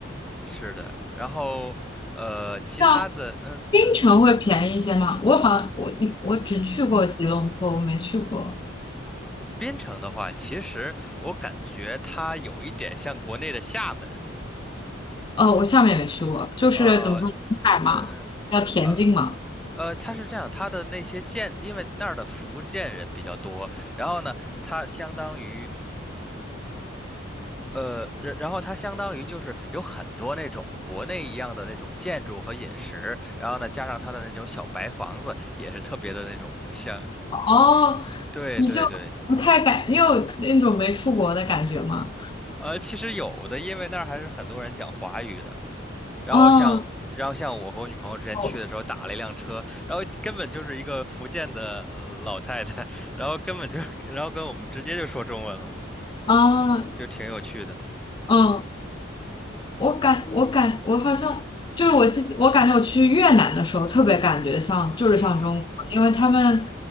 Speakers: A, in the centre; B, on the left.
A: 是的，然后呃，其他的，
B: 像
A: 嗯嗯，
B: 槟城会便宜一些吗？我好像我一我只去过吉隆坡，我没去过。
A: 槟城的话，其实我感觉它有一点像国内的厦门，
B: 哦，我厦门也没去过，就是怎么说，
A: 呃，
B: 沿海嘛，
A: 嗯嗯。
B: 要田径嘛。
A: 呃呃，它是这样，它的那些建，因为那儿的福建人比较多，然后呢，它相当于呃，然然后它相当于就是有很多那种国内一样的那种建筑和饮食，然后呢，加上它的那种小白房子，也是特别的那种像，
B: 哦，
A: 对对对，
B: 你就不太感，你有那种没出国的感觉吗？
A: 呃，其实有的，因为那儿还是很多人讲华语的，然后像。
B: 哦，
A: 然后像我和我女朋友之前去的时候打了一辆车，
B: 哦，
A: 然后根本就是一个福建的呃老太太，然后根本就，然后跟我们直接就说中文了，
B: 哦，
A: 就挺有趣的。
B: 嗯。我感我感我好像就是我记得，我感觉我去越南的时候特别感觉像就是像中国，
A: 嗯嗯，
B: 因为他们